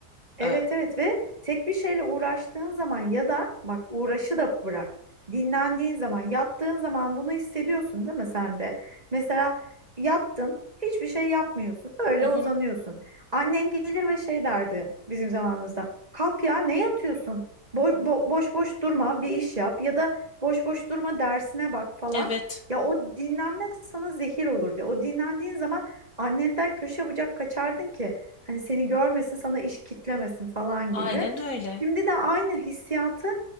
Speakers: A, on the right; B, on the left.
A: Evet
B: Ee,
A: evet ve tek bir şeyle uğraştığın zaman ya da bak uğraşı da bırak. Dinlendiğin zaman, yattığın zaman bunu hissediyorsun değil mi sen de? Mesela yattın, hiçbir şey yapmıyorsun. Öyle
B: Hı hı.
A: uzanıyorsun. Annen gelir ve şey derdi bizim zamanımızda. Kalk ya ne yatıyorsun? Bo bo- boş boş durma, bir iş yap ya da boş boş durma dersine bak falan.
B: Evet.
A: Ya o dinlenme sana zehir olur diye. O dinlendiğin zaman annenden köşe bucak kaçardın ki. Hani seni görmesin, sana iş kitlemesin falan
B: Aynen
A: gibi.
B: öyle.
A: Şimdi de aynı hissiyatı